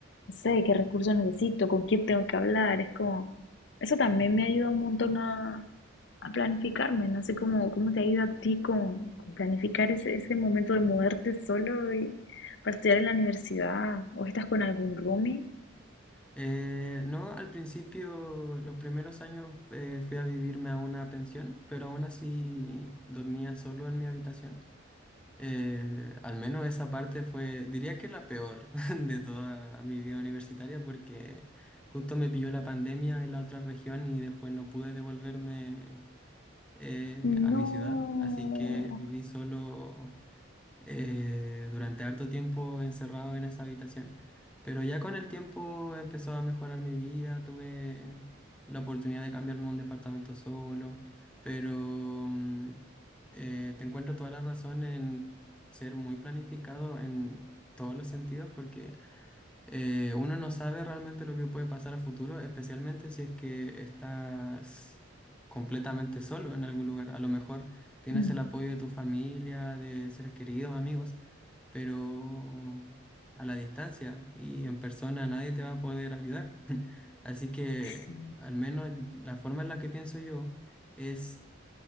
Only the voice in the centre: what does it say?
Eh, no, al principio, los primeros años eh, fui a vivirme a una pensión, pero aún así dormía solo en mi habitación. Eh, al menos esa parte fue, diría que la peor <laughs> de toda mi vida universitaria porque justo me pilló la pandemia en la otra región y después no pude devolverme eh,
a mi ciudad, así que viví solo eh, durante harto tiempo encerrado en esa habitación, pero ya con el tiempo empezó a mejorar mi vida, tuve la oportunidad de cambiarme a un departamento solo, pero mm, eh, te encuentro toda la razón en ser muy planificado en todos los sentidos porque eh, uno no sabe realmente lo que puede pasar a futuro, especialmente si es que estás completamente solo en algún lugar. A lo mejor tienes
el apoyo de tu familia, de seres queridos, amigos, pero a la distancia y en persona nadie te va a poder ayudar. <laughs> Así que
al menos la forma en la que pienso yo es